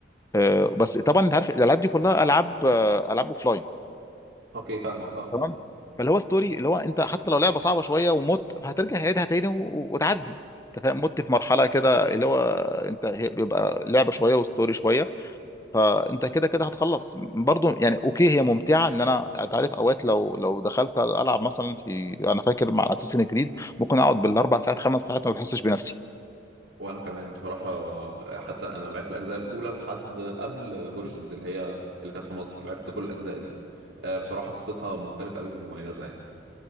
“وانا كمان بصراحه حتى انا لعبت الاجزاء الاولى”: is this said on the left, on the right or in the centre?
Right